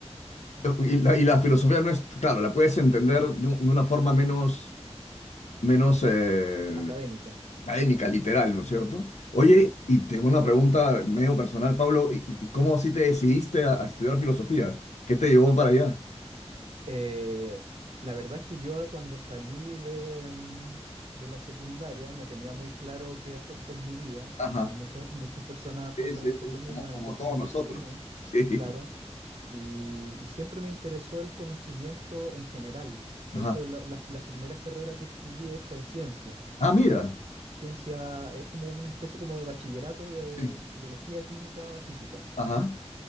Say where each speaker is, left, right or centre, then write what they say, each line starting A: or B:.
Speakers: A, on the left; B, on the right.
A: Y la, y la filosofía no es, claro, la puedes entender de, un- de una forma menos, menos eh,
B: académica.
A: académica, literal, ¿no es cierto? Oye,
B: sí
A: y tengo una pregunta medio personal, Pablo, ¿y- y ¿cómo así te decidiste a, a estudiar filosofía? ¿Qué te llevó para allá?
B: Eh, la verdad es que yo cuando salí de, mm, de la secundaria no tenía muy claro qué hacer con mi vida,
A: Ajá.
B: como muchas, muchas personas
A: Sí,
B: pasamos
A: sí, sí,
B: por lo mismo,
A: como,
B: es
A: como
B: algo sumamente
A: todos nosotros.
B: común,
A: Sí.
B: claro, y, y siempre me interesó el conocimiento en general. De
A: Ajá.
B: hecho, la- las las primeras carreras que estudié fue ciencia.
A: Ah, mira.
B: Ciencia es como una especie como de bachillerato de
A: Sí.
B: biología, química, física.
A: Ajá.